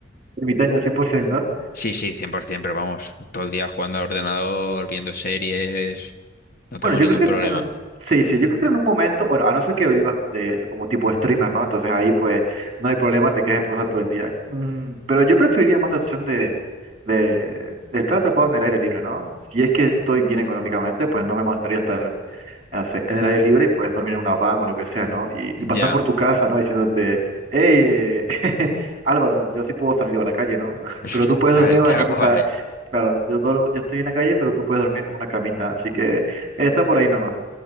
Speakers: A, on the right; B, on the left.
A: Ermitaño al 100%, ¿no?
B: Sí, sí, 100%, pero vamos, todo el día jugando al ordenador, viendo series, no
A: Bueno,
B: tengo
A: yo
B: ningún
A: creo que
B: problema.
A: en un- sí, sí, yo creo que en un momento, bueno, a no ser que vivas de, como tipo streamer, ¿no? Entonces ahí pues no hay problema, te quedas en tu casa todo el día. Mm, pero yo preferiría más la opción de, de, de estar atrapado en el aire libre, ¿no? Si es que estoy bien económicamente, pues no me molestaría estar no en el aire libre y puedes dormir en una van o lo que sea, ¿no? Y, y
B: Ya,
A: pasar por tu casa, ¿no? Diciéndote, hey, eh, <laughs> Álvaro, yo sí puedo salir a la calle, ¿no? <laughs>
B: <laughs>
A: Pero tú puedes
B: tal,
A: dormir en
B: tal
A: una camita.
B: cual, eh.
A: Claro, yo, duermo- yo estoy en la calle, pero tú puedes dormir en una camita. Así que está por ahí nomás.